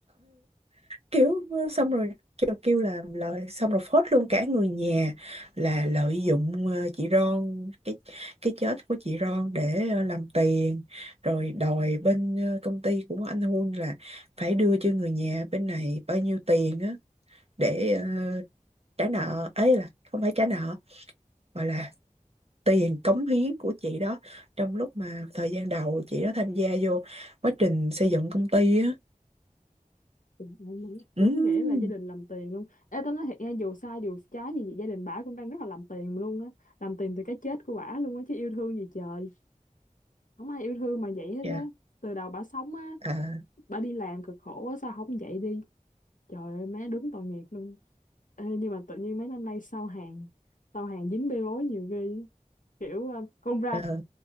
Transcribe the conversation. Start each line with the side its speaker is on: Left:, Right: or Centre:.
Right: kiểu ờ, xong rồi kêu, kêu là lời xong rồi phốt luôn cả người nhà là lợi dụng ờ, chị Ron cái cái chết của chị Ron để ờ, làm tiền rồi đòi bên ờ, công ty của anh Hun là phải đưa cho người nhà bên này bao nhiêu tiền á để ờ, trả nợ ấy là không phải trả nợ mà là tiền cống hiến của chị đó trong lúc mà thời gian đầu chị đó tham gia vô quá trình xây dựng công ty á
Left: Trời ơi, má. đúng
Right: ừ.
Left: nghĩa là gia đình làm tiền luôn ê tao nói thiệt nghe dù sai dù trái gì gia đình bả cũng đang rất là làm tiền luôn á làm tiền từ cái chết của bả luôn á chứ yêu thương gì trời không ai yêu thương mà vậy hết
Right: dạ
Left: á từ đầu bả sống á
Right: à,
Left: bả đi làm cực khổ á sao không vậy đi trời ơi má đúng tội nghiệp luôn Ê, nhưng mà tự nhiên mấy năm nay sau hàng sau hàng dính bê bối nhiều ghê á. kiểu ờ, con ra
Right: à,